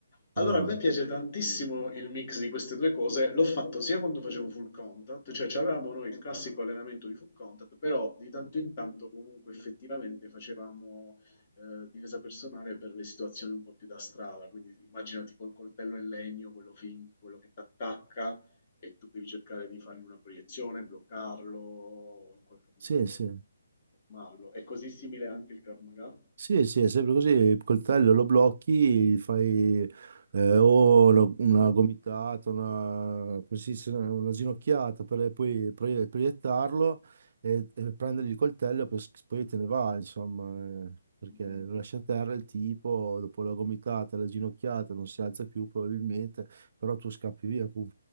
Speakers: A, on the right; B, on the left.
A: però
B: Allora, a me piace tantissimo il mix di queste due cose. L'ho fatto sia quando facevo full contact, cioè avevamo noi il classico allenamento di full contact, però di tanto in tanto comunque effettivamente facevamo eh, difesa personale per le situazioni un po' più da strada. Quindi immaginati col coltello in legno, quello finto, quello che ti attacca e tu devi cercare di fargli una proiezione, bloccarlo, o in qualche modo
A: sì, sì.
B: disarmarlo. È così simile anche il Krav Maga?
A: Sì, sì, è sempre così, il coltello lo blocchi, gli fai eh, o una, una gomitata, una, come si dice, una ginocchiata per eh, poi pro- proiettarlo e, e prendergli il coltello e poi, te ne va, insomma, eh, perché
B: Mm,
A: lo lascia a terra il tipo, dopo la gomitata, la ginocchiata, non si alza più probabilmente, però tu scappi via, cu-